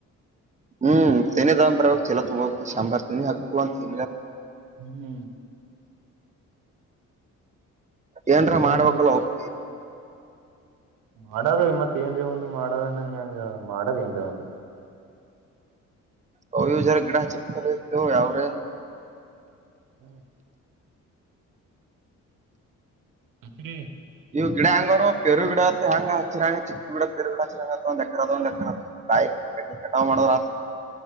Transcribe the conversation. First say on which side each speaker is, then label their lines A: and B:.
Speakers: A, on the right; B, on the right.
A: ಹ್ಮ್ ತ ದಾಮ ಬ ಹಾಗ ಚಲ್ಲ ತುಂಬ ಸಾರ ತ ಹಾಬೇಕ ಕ ತಿ
B: ಹ್ಮ್
A: ಏನ್ರ
B: ತೆನಿ ದಮ್
A: ಮಾಡ್ಬೇಕಲ್ಲ ಹೋಗಿ
B: ಮಾಡದು ಇ ಮತ್ ಏನ್ರಿ ಒಂದು ಮಾಡದನನ್ ಹೆಂಗ ಮಾಡದ ಏನ್ರರಿ ಒಂದು
A: ಅವ ಇವು ಜ ಗಡಾಚಲತ ಅವರೆ
B: ಹ್ಮ್ ಹತ್ರಿ
A: ಇವು ಗಿಡ ಹಂಗೋರು ಪರು ಗಿಡತ್ತ ಹೆಂಗ ಹಚ್ಚಿರಾಂಗ ಚಿಕ್ಕ ಗಿಡ ಪರು ಗಡ ಹಚ್ಚಿರಂಗ ಎ ಅದ ಒ್ಕದ ಬಾಯ್ ಕಟಾವ ಮಾಡೋ ರತ